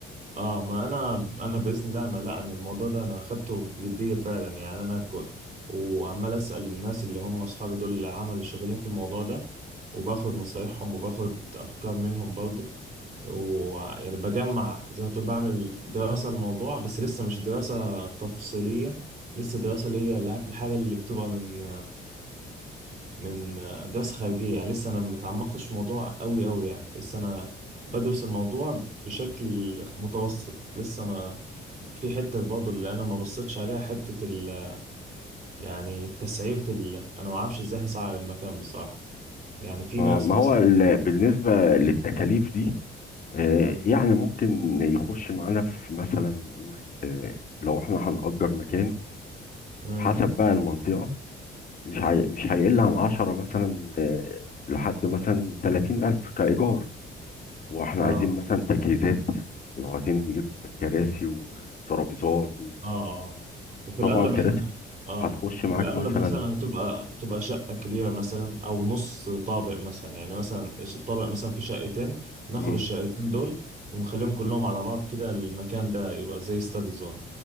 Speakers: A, on the right; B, on the left.
A: اه ما انا انا باذن الله انا لا انا الموضوع ده انا اخدته بجديه فعلا يعني انا كنت وعمال اسال الناس اللي هم اصحابي دول اللي عمل شغالين في الموضوع ده وباخد نصايحهم وباخد افكار منهم برضو ويعني بجمع زي ما تقول بعمل دراسه الموضوع بس لسه مش دراسه تفصيليه لسه دراسه اللي هي اللي عارف الحاجه اللي بتبقى من من آه، دراسة خارجية يعني لسه أنا متعمقتش في الموضوع أوي أوي يعني لسه أنا بدرس الموضوع بشكل متوسط لسه ما في حتة برضه اللي أنا ما بصيتش عليها حتة ال يعني تسعيرة ال أنا ما أعرفش إزاي هسعر المكان بصراحة يعني في
B: آه،
A: ناس
B: ما
A: مثلا
B: هو ال- بالنسبه للتكاليف
A: مم.
B: دي آه،
A: مم.
B: يعني ممكن يخش معانا في مثلا نقول آه، لو احنا هنأجر مكان
A: مم.
B: حسب بقى المنطقة مش هي... مش هيقل عن عشرة مثلا آه، لحد مثلا تلاتين ألف كإيجار واحنا
A: آه
B: عايزين مثلا تجهيزات لو عايزين نجيب كراسي وترابيزات
A: اه اه وفي الاغلب
B: وطبعا كراسي
A: احنا اه
B: هتخش معاك
A: في الاغلب
B: مثلا
A: مثلا هتبقى هتبقى شقه كبيره مثلا او نص طابق مثلا يعني مثلا الطابق مثلا فيه شقتين ناخد
B: مم،
A: الشقتين دول ونخليهم كلهم على بعض كده المكان ده يبقى زي ستادي زون